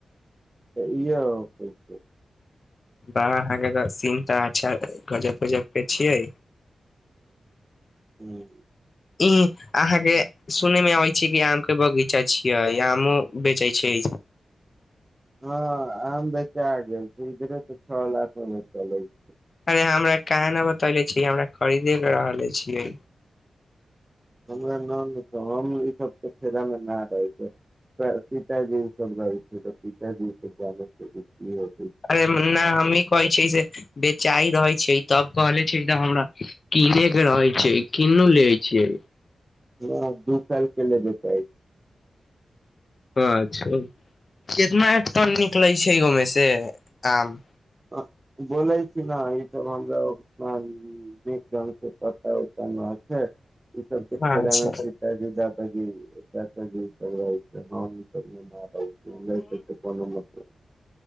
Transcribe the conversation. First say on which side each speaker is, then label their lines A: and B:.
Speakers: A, on the right; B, on the left.
A: तऽ इह होके छै
B: वाह अहाँ के तऽ सीन तऽ अच्छा गजब गजब के छियै
A: ह्म
B: ई अहाँ के सुनै मे अबै छै कि आम के बगीचा छियै आमो बेचै छै
A: हँ आम बेचाआ गेल छै इधरे तऽ छओ लाख मे बेचलै छै
B: अरे हमरा क न बतौले छी हमरा खरीदे के रहले छियै
A: हमरा न कह हम ई सब के फेरा में न रहय छै सीत दिन सब रहै छै तऽ सीत दिन जान हो
B: अरे ने हमी कहै छै से बेचाय रहै छै तब कहले छै त हमरा किने के रहै छै किनू लेै छिय
A: ह दू साल के लेब चै छी
B: अच्छा कितना टन निकलैत छै ओहिमे से आम
A: बोलै छी न ई सब हमरा ब पता उठ छै ई सबके फेरान <unintelligible>
B: अच्छा
A: <unintelligible> हम ओय सब मे नय हमरा अय सब सै कोनो मतलव